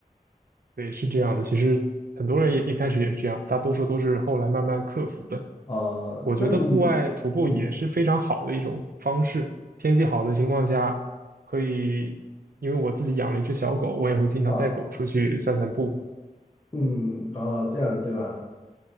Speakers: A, on the right (about 80°); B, on the left (about 30°).
A: 对，是这样的。其实很多人也一开始也是这样，大多数都是后来慢慢克服的。
B: 呃，
A: 我觉得户外徒步也是非常好的一种方式。
B: 那你，嗯
A: 天气好的情况下，可以，因为我自己养了一只小狗，我也会经常带狗出去散散步
B: 啊，嗯啊，这样的对吧？